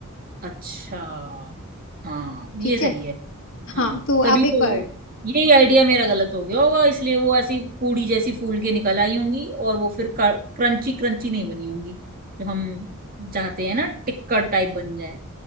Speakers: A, on the right; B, on the left.
A: अच्छा हाँ ये
B: ठीक
A: सही
B: है
A: है हाँ
B: हाँ तो
A: तभी
B: आप एक
A: तो
B: बार
A: यही आइडिया मेरा गलत हो गया होगा इसलिए वो ऐसी पूड़ी जैसी फूल के निकल आई होंगी और वो फिर क्रंची क्रंची नहीं बनी होंगी जो हम चाहते हैं ना टिक्कर टाइप बन जाए